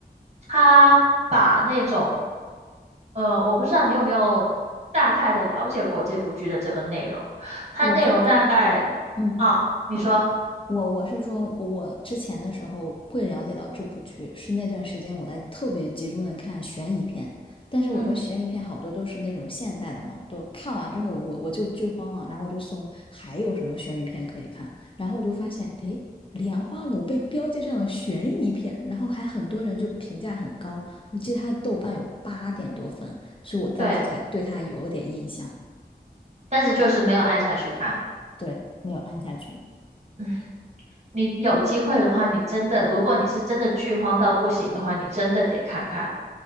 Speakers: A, on the right; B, on the left.
A: 他把那种，呃，我不知道你有没有大概的了解过这部剧的这个内容。它内容大概
B: 我是这样的，嗯嗯，
A: 啊，你说，
B: 我我是说，我之前的时候会了解到这部剧，是那段时间我在特别集中的看悬疑片，但是我觉得悬疑片好多都是那种现代的嘛，
A: 嗯，
B: 都看完之后我我就剧荒了，然后我就搜还有什么悬疑片可以看，然后我就发现，诶，《莲花楼》被标记上了悬疑片，然后还很多人就评价很高，我记得他豆瓣有八点多分，所以我当时才对他有点印象，
A: 对，但是就是没有按下去看。
B: 对，没有按下去。
A: 嗯，你有机会的话，你真的，如果你是真的剧荒到不行的话，你真的得看看。